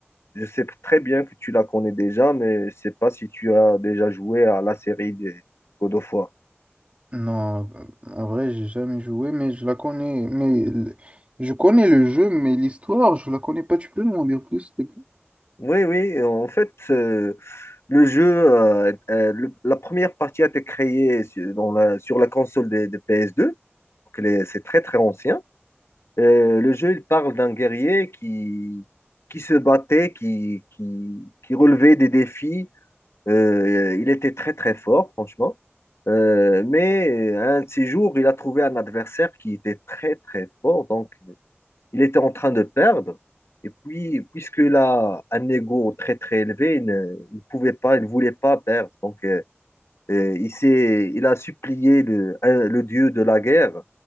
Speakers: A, on the left (about 70°); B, on the right (about 30°).
A: je sais très bien que tu la connais déjà, mais je sais pas si tu as déjà joué à la série des God of War.
B: Non, en vrai, j'ai jamais joué, mais je la connais. Mais l- je connais le jeu, mais l'histoire, je la connais pas. Tu peux m'en dire plus, s'il te plaît?
A: Oui, oui, en fait, euh, Le jeu, euh, euh, le- la première partie a été créée sur, dans la, sur la console des, des ps deux Donc les- c'est très très ancien. Euh, le jeu, il parle d'un guerrier qui, qui se battait, qui, qui, qui relevait des défis. Euh, il était très très fort, franchement. Euh, mais euh, un de ces jours, il a trouvé un adversaire qui était très très fort. Donc il était en train de perdre. Et puis, puisqu'il a un ego très très élevé, il ne, il pouvait pas, il ne voulait pas perdre. Donc, euh, euh, il s'est, il a supplié le, un- le dieu de la guerre,